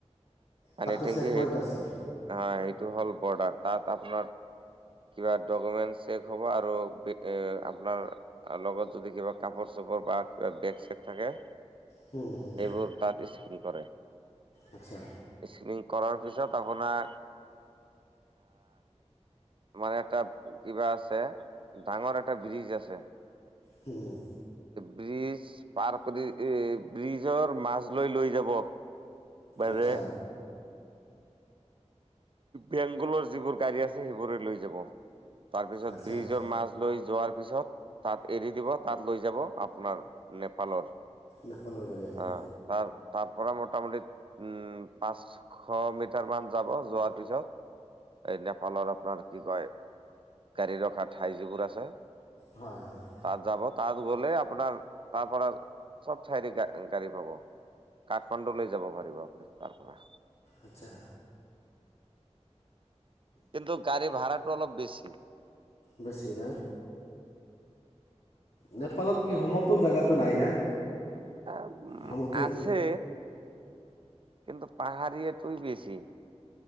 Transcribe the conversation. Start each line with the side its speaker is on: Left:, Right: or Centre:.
Right: পানী
Left: তাতে
Right: টেঙকি
Left: চেক পইণ্ট
Right: সেইটো হয়
Left: আছে
Right: সেইটো হ'ল বৰদান তাত আপোনাৰ কিবা ডকুমেন্ট চেক হ'ব আৰু আপোনাৰ লগত যদি কিবা কাপ চাপোৰ বা কিবা বেগ চেগ থাকে
Left: হুম হুম
Right: এইবোৰ তাত স্ক কৰেৰে
Left: আচ্ছা
Right: ইিনি কৰাৰ পিছত আপোনাক মানে এটা কিবা আছে ডাঙৰ এটা ব্ৰিজ আছে
Left: হম
Right: ব্ৰিজ পাৰ কৰি এ ব্ৰিজৰ মাাজ লৈ লৈ যাব বাৰে
Left: আচ্ছা
Right: বেংগলৰ যিবোৰ গাড়ী আছে সেইবোৰ লৈ যাব তাৰপিছত
Left: আচ্ছা
Right: ব্ৰিজৰ
Left: আচ্ছা
Right: মাছ লৈ যোৱাৰ পিছত তাত এৰি দিব তাত লৈ যাব আপোনাৰ নেপালৰ
Left: নেপালৰ গাড়ী আহিব
Right: আহ ত তাৰ পৰাৰা মোটামুটি উম পাঁচশ মিটাৰ মান যাব যোৱাৰ পিছত এই নেপালৰ আপোনাৰ কি কয় গাড়ী ৰখা ঠাই যিবোৰ আছে
Left: হয় হয়
Right: তাত যাব তাত গ'লে আপোনাৰ তাৰ পৰা চব চাইড গাড়ী পাব কাঠমাণ্ডু লৈ যাব পাৰিব আপুনি তাৰ পৰা
Left: আচ্ছা
Right: কিন্তু গাড়ী ভাড়াটো অলপ বেছি
Left: বেছি ন নেপালত কি সমতল জোগাতটো নাই না
Right: উ
Left: সমতল
Right: আছে কিন্তু পাহাৰী এটোই বেছি